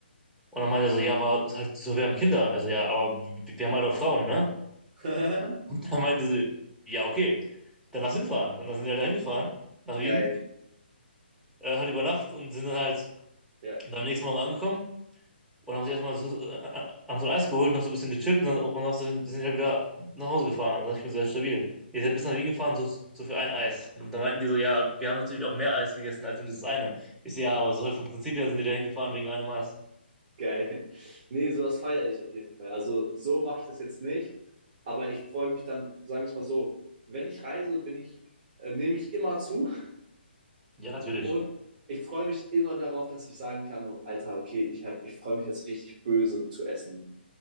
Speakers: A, in the centre; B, on the right.
A: Und dann meinte er so, ja, aber halt, so, wir haben Kinder. Also ja, aber wir wir haben halt auch Frauen, ne?
B: <laughs>
A: Da meinte sie, ja, okay, dann lass hinfahren. Und dann sind die halt dahin gefahren nach Wien,
B: Geil,
A: äh, halt über Nacht und sind dann halt
B: ja,
A: am nächsten Morgen angekommen und haben sich erstmal so, äh, äh, haben so ein Eis geholt, noch so ein bisschen gechillt und dann, und dann sind die halt wieder nach Hause gefahren. Und dann dachte ich mir, sehr stabil. Ihr seid bis nach Wien gefahren, so, so für ein Eis. Und da meinten die so, ja, wir haben natürlich auch mehr Eis gegessen als nur dieses eine. Ich so, ja, aber so halt vom Prinzip her sind die da hingefahren wegen einem Eis.
B: geil. Nee, sowas feiere ich auf jeden Fall. Also so mache ich das jetzt nicht, aber ich freue mich dann, sagen wir es mal so, wenn ich reise, bin ich, äh, nehme ich immer zu.
A: Ja, natürlich.
B: Und ich freue mich immer darauf, dass ich sagen kann, oh, Alter, okay, ich, hab- ich freue mich jetzt richtig böse zu essen.